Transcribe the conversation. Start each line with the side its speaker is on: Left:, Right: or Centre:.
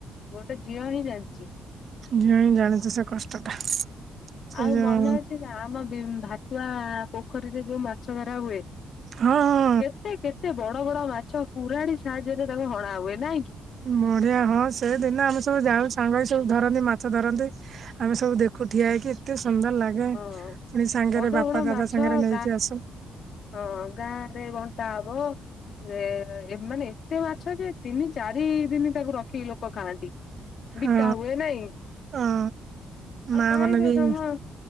Left: ଗୋଟେ ଝିଅ ହିଁ ଜାଣିଚି।
Right: ମୁଁ ଜାଣିଚି ସେ କଷ୍ଟ ଟା। ସେ
Left: ଆଉ
Right: ଯୋଉ
Left: ମନେ ଅଛି ନା? ଆମ ଭାତୁଆ ପୋଖରୀରେ ଯୋଉ ମାଛ ଧରା ହୁଏ?
Right: ହଁ ହଁ।
Left: କେତେ କେତେ ବଡ ବଡ ମାଛ କୁରାଢୀ ସାହାଯ୍ୟରେ ତାକୁ ହଣା ହୁଏ, ନାଇଁ କି?
Right: ମଡିିଆ ହଁ ସେଦିନ ଆମେ ସବୁ ଯାଉ ସାଙ୍ଗ ହେଇ ସବୁ ଧରନ୍ତି ମାଛ ଧରନ୍ତି। ଆମେ ସବୁ ଦେଖୁ ଠିଆ ହେଇକି ଏତେ ସୁନ୍ଦର ଲା ଗେ,
Left: ହଁ
Right: ପୁଣି ସାଙ୍ଗରେ
Left: ବଡ
Right: ବାପା
Left: ବଡ
Right: ଦାଦା
Left: ମାଛ
Right: ସାଙ୍ଗରେ ଯାଇକି
Left: ଗା
Right: ଆସୁ।
Left: ହଁ ଗାଁ ରେ ବଣ୍ଟା ହବ। ରେ ଏ ମାନେ ଏତେ ମାଛ ଯେ ତିନି ଚାରି ଦିନି ତାକୁ ରଖି ଲୋକ ଖାଆନ୍ତି। ବିକା
Right: ହଁ
Left: ହୁଏ ନାଇଁ
Right: ହଁ
Left: ଆଉ
Right: ମା
Left: କାହିଁ
Right: ମନ
Left: ସେ
Right: ଯେଇ
Left: ସମ ହଁ